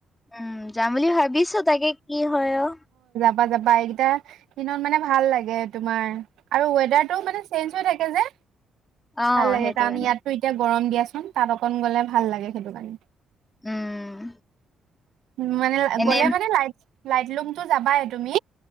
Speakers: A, on the left (about 15°); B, on the right (about 80°).
A: উম যাম বুলি ভাবিছ তাকে কি হয় অহ
B: অহ যাবা এইকেইটাদিনত মানে ভাল লাগে তোমাৰ আৰু ওৱাদাৰটো মানে চেজ হৈ থাকে যে
A: অ',
B: ভাল লাগে
A: সেইটো
B: কাৰণ
A: কাৰণে
B: ইয়াতো এতিয়া গৰম দিয়াচোন তাত অকণ গ'লে ভাল লাগে সেইটো কাৰণে।
A: উম
B: উম মানে
A: এনে
B: গ'লে মানে লাইট লাইট লুংতটো যাবাই তুমি।